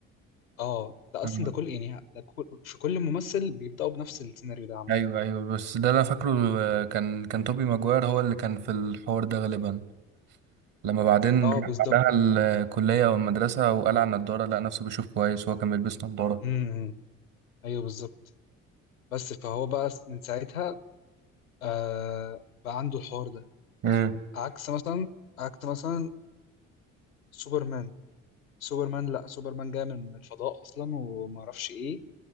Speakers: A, on the left; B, on the right.
A: اه ده
B: آه.
A: اصلا ده كل يعني ده كل في كل ممثل بيبداوا بنفس السيناريو ده عامه
B: ايوه
A: يعني
B: ايوه بس ده انا فاكره آه، كان كان توبي ماجواير هو اللي كان في الحوار ده غالبا لما بعدين
A: اه بالظبط
B: راح بعدها الكلية او المدرسة وقال على النضارة لقى نفسه بيشوف كويس وهو كان بيلبس نضارة
A: امم إمم. ايوه بالظبط بس فهو بقى من ساعتها آه بقى عنده الحوار ده
B: مم.
A: عكس مثلا عكس مثلا سوبرمان سوبرمان لا سوبرمان جاي من من الفضاء اصلا وما اعرفش ايه